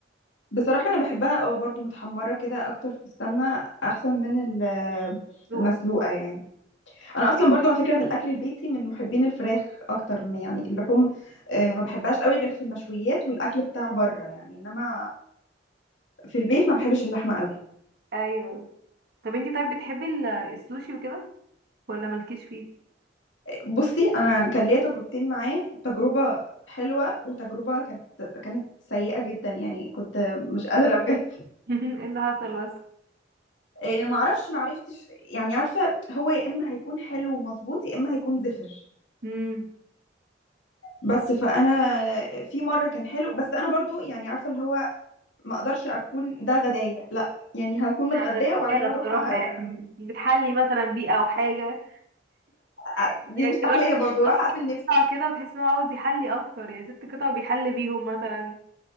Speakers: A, on the left; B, on the right.
A: بصراحه انا بحبها اه برضو متحمره كده اكتر في السمنه احسن من ال-
B: ذوقك
A: المسلوقه يعني انا اصلا برضو على فكره في الاكل البيتي من محبين الفراخ اكتر من يعني اللحوم آه، ما بحبهاش قوي غير في المشويات والاكل بتاع بره يعني انما في البيت ما بحبش اللحمه قوي
B: ايوه طب انتي طيب بتحبي ال- السوشي وكده ولا مالكيش فيه <laughs>
A: بصي انا كان ليا تجربتين معاه تجربه حلوة وتجربة كانت كانت سيئة جدا يعني كنت مش قادرة بجد
B: ايه اللي حصل بس
A: إيه معرفش معرفتش يعني عارفة هو يا إما هيكون حلو ومظبوط يا إما هيكون زفر
B: امم
A: بس فأنا في مرة كان حلو بس أنا برضو يعني عارفة اللي هو ما أقدرش أكون ده غداية لا يعني هكون متغدية
B: لا ده
A: وبعد
B: حاجه
A: كده
B: بصراحه
A: أروح أ...
B: يعني <laughs> بتحلي مثلا بيه او حاجه
A: أ... دي
B: يعني
A: مش تحلية
B: الراجل
A: برضو راح أقفل
B: بيقطع
A: نفسي
B: كده وتحس ان هو عاوز يحلي اكتر يعني ست قطع بيحل بيهم مثلا